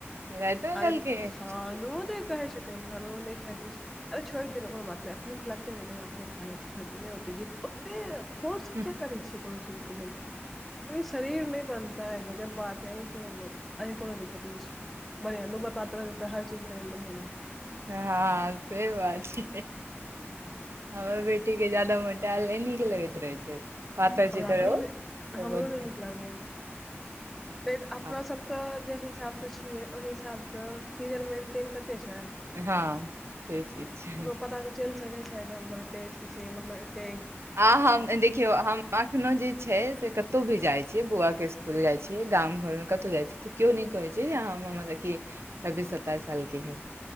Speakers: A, on the right; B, in the centre.
A: राइतो मे
B: अरे
A: कहलकै
B: सानू देख कहै छै इन्सान नहि खाइत रह छै छोड़ि दियौ कोनो बात नहि भूख लगतै नहि खा ल लेल तऽ छोड़ि कऽ नहि ओतेक जे ओतेक फोर्स
A: हँ
B: किएक करै छियै कोनो चीजके लेल शरीर नहि बनता ह अगर जब बाते अहंसँ बत अी कोनो दिक्कत नहि छै बढ़िया ूबर पात दऽ हर चीज क बढ़िया न
A: हँ से बात छै हमर बेटीके जादा मोटायल नहि नीक लगैत रहै छै पातर
B: हमरा
A: चितर
B: अपनो
A: ओ
B: नहि
A: तऽ
B: हमरो
A: बहुत
B: नहि नीक लागैए नहि अपना
A: हँ
B: सबके जे हिसाबसँ छियै ओहि हिसाबसँ फिगर मेन्टेन कते छै
A: हँ से चीज छै
B: ककरो पता चलि सकै छै जे हमस एते कि मतलब एते
A: आ हम देखियौ हम अखनो जे छै से कतौ भी जाय छीे बौआ के स्कूल जाय छीै गामं घर में कतौ जाय छी तऽ केओ नहि कहै छै जे मतलब कि छब्बीस सताइस सालके हइ